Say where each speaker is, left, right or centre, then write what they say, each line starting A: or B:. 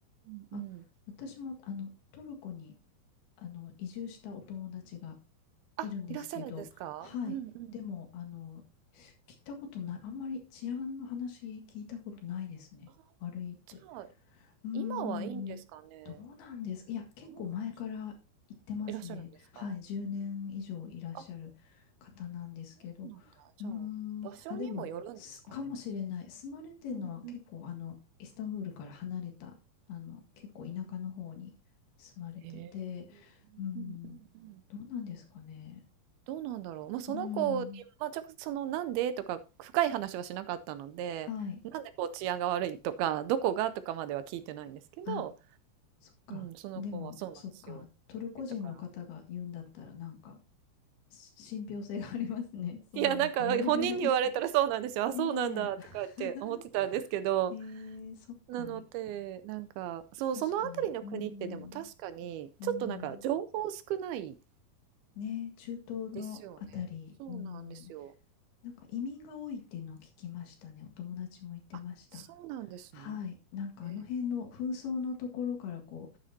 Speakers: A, on the right (about 80°); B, on the left (about 75°).
A: うんうん。
B: あ、私も、あの、トルコに、あの、移住したお友達が
A: あ、
B: いるんですけど、
A: いらっしゃるんですか？
B: はい。
A: うんうん。
B: でも、あの、聞いたことない、あんまり治安の話聞いたことないですね。
A: ああ、
B: 悪いって。
A: じゃあ、
B: うーん、
A: 今はいいんですかね？
B: どうなんですいや、結構前から行ってますね。
A: どうなんでしょう。いらっしゃるんですか？
B: はい、10年以上いらっしゃる方なんですけど。
A: あ、そうなんだ。じゃあ、
B: うーん、
A: 場所にもよるんですかね？
B: あ、でも、すかもしれない。住まれてるのは結構、
A: うんうん。
B: あの、イスタンブールから離れた、あの、結構田舎の方に住まれてて、
A: へえ。
B: うーん、
A: うんうんうん。
B: どうなんですかね。
A: どうなんだろう。まあ、その子に、
B: うーん、
A: まあ、直接そのなんでとか深い話はしなかったので、
B: はい。
A: なんでこう治安が悪いとか、どこがとかまでは聞いてないんですけど、
B: あ、そっか。
A: うん、その子はそうなんですよって言ってたから。
B: でも、そっか。トルコ人の方が言うんだったら、なんか、し信憑性がありますね。<laughs> そうなのかなね。
A: いや、なんか本人に言われたらそうなんですよ。
B: <laughs>
A: あ、
B: ね
A: そうなんだとかって思ってたんですけど、
B: え。<laughs> えー、そっか。
A: なので、なんか、そう、
B: 確かに。
A: そのあたりの国ってでも確かに、
B: うん。うん。
A: ちょっとなんか情報少ない
B: ねえ、中東のあたり。
A: ですよね。そうなんですよ。
B: うん。なんか移民が多いっていうのを聞きましたね。お友達も言ってました。
A: あ、そうなんですね。
B: はい。なんかあの辺の紛争のところからこ
A: えー